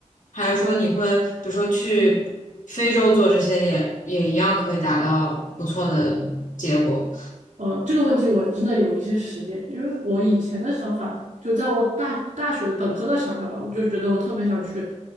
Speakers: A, on the left; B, on the right.
A: 还是说你会比如说去非洲做这些也也一样可以达到不错的结果？
B: 呃，这个问题我真的有一些实践，因为我以前的想法，就在我大大学本科的想法吧，我就觉得我特别想去